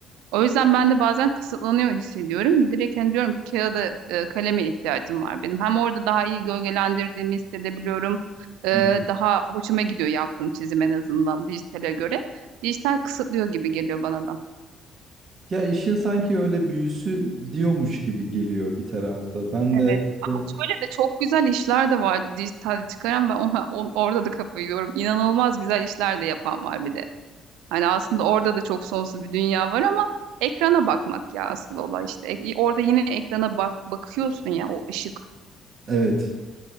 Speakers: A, on the right; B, on the right.
A: O yüzden ben de bazen kısıtlanıyor hissediyorum. Direkt hani diyorum ki kağıda e, kaleme ihtiyacım var benim. Hem orada daha iyi gölgelendirdiğimi hissedebiliyorum. E,
B: Hı.
A: daha hoşuma gidiyor yaptığım çizim en azından dijitale göre. Dijital kısıtlıyor gibi geliyor bana da.
B: Ya işin sanki öyle büyüsü gidiyormuş gibi geliyor bir tarafta. Ben
A: Evet.
B: de işte
A: Ama şöyle de çok güzel işler de vardı dijitalde çıkaran. Ben o- o- orada da kafayı yiyorum. İnanılmaz güzel işler de yapan var bir de. Hani aslında orada da çok sonsuz bir dünya var ama ekrana bakmak ya asıl olay işte. E, orada yine ekrana bak bakıyorsun ya o ışık.
B: evet.